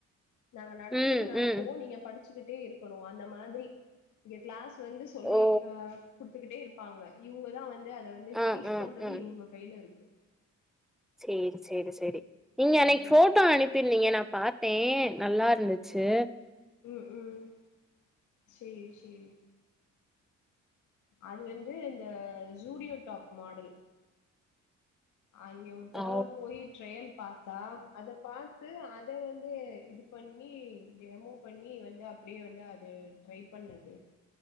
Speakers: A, on the left (about 75°); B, in the centre.
A: நாங்க நடத்துறது
B: ம்
A: நடத்துவோம்
B: ம்
A: நீங்க படி க்கிட்டே இருக்கணும் அந்த மாதிரி இங்க கிளாஸ் வந்து சொல்லி
B: ஓ
A: கொடுத்துக்கிட்டே இருக்கும் ப்பாங்க இவங்கதான் வந்து அதை வந்து
B: ஆ ஆ
A: பண்றது
B: ம்
A: இவங்க கையில இருக்கு
B: சேரி சேரி சேரி நீங்க அன்னைக்கு
A: ம்
B: போட்டோ அனுப்பிருந்தீங்க ந பார்த்தேன் நல்லா இருந்துச்சு
A: உம் உம் சேரி சேரி அது வந்து இந்த ஜூடியோ டாப் மாடல் அங்க ஒரு தடவை
B: ஓ
A: போய் ட்ரயல் பார்த்தா அத பார்த்து அத வந்து இது பண்ணி டமோ பண்ணி வந்து அப்படியே வந்து அது ட்ரை பண்ணது